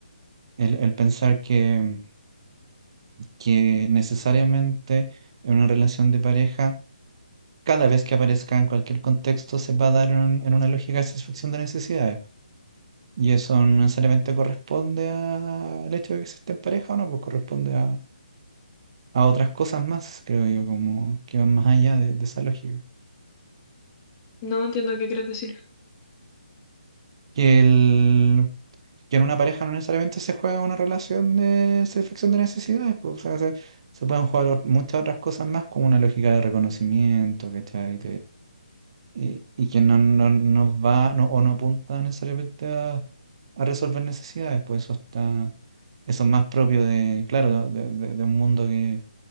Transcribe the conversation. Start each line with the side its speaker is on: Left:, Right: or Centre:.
Right: El, el pensar que, que necesariamente en una relación de pareja cada vez que aparezca en cualquier contexto se va a dar en, en una lógica de satisfacción de necesidades. Y eso no necesariamente corresponde a- al hecho de que se esté en pareja o no, pues corresponde a, a otras cosas más, creo yo, como que van más allá de, de esa lógica.
Left: no entiendo qué quieres decir.
Right: Que, el, que en una pareja no necesariamente se juega una relación de satisfacción de necesidades, pues, o sea, se, se pueden jugar ot- muchas otras cosas más, como una lógica de reconocimiento, ¿cachai? y, y que no, no, no va no, o no apunta necesariamente a, a resolver necesidades, pues eso está, eso es más propio de, claro, de, de- de un mundo que,